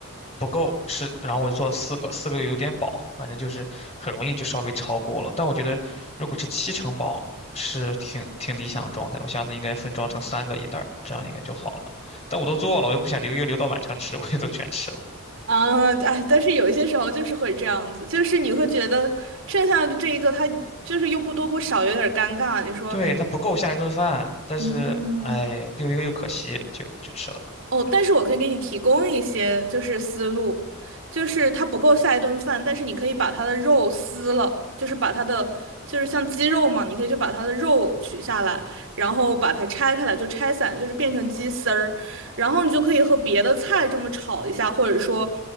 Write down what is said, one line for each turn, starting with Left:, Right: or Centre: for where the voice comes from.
Left: 不够吃，然后我就做了四个，四个又有点饱，反正就是很容易就稍微超过了。但我觉得如果是七成饱是挺挺理想的状态，我下次应该分装成三个一袋儿，这样应该就好了。但我都做了，我又不想留一个留到晚上吃，<laughs> 我就都全吃了。
Right: 啊，哎，但是有一些时候就是会这样子，就是你会觉得剩下的这一个，它就是又不多不少，有点儿尴尬。你说，
Left: 对，它不够下一顿饭，但是哎呀，
Right: 嗯，
Left: 留一个又可惜，就就吃了。
Right: 哦，但是我可以给你提供一些就是思路，就是它不够下一顿饭，但是你可以把它的肉撕了，就是把它的就是像鸡肉嘛，你可以就把它的肉取下来，然后把它拆开来，就拆散，就是变成鸡丝儿，然后你就可以和别的菜这么炒一下，或者说